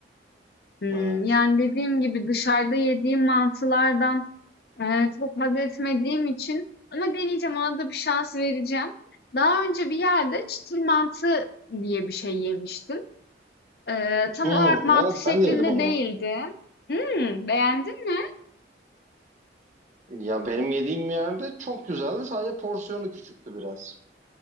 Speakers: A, on the left; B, on the right.
A: Hmm,
B: evet.
A: yani dediğim gibi dışarıda yediğim mantılardan Eee, çok haz etmediğim için ama deneyeceğim, ona da bir şans vereceğim. Daha önce bir yerde çıtır mantı diye bir şey yemiştim. Eee, tam
B: Hmm,
A: olarak mantı
B: evet
A: şeklinde
B: ben de yedim onu.
A: değildi. Hımm, beğendin mi?
B: Ya benim yediğim yerde çok güzeldi. Sadece porsiyonu küçüktü biraz.